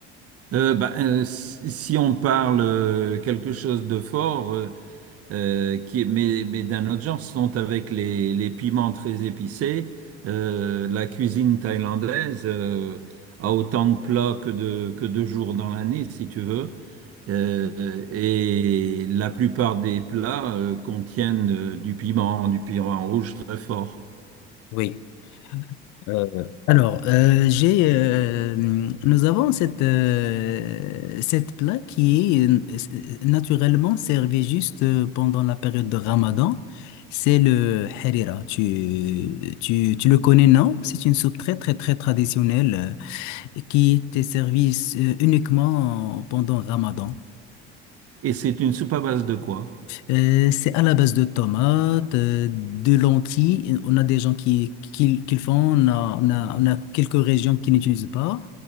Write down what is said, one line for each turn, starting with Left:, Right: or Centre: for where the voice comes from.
Right: euh, bah, euh, si si on parle euh, quelque chose de fort. euh, euh, qui, mais, mais d'un autre genre, ce sont avec les, les piments très épicés. Euh, la cuisine thaïlandaise euh, a autant de plats que de, que de jours dans l'année, si tu veux. Euh, et la plupart des plats euh, contiennent euh, du piment, du piment rouge très fort.
Left: Oui. Euh, Alors, euh, j'ai, euh, nous avons cette, euh, cette plat qui est euh, naturellement servi juste euh, pendant la période de Ramadan. C'est le harira. Tu, tu, tu le connais, non? C'est une soupe très, très, très traditionnelle euh, et qui était servie euh, uniquement pendant Ramadan.
Right: Et c'est une soupe à base de quoi?
Left: Euh, c'est à la base de tomates, euh, de lentilles. On a des gens qui, qui, qui le font. On a, on a, on a quelques régions qui n'utilisent pas.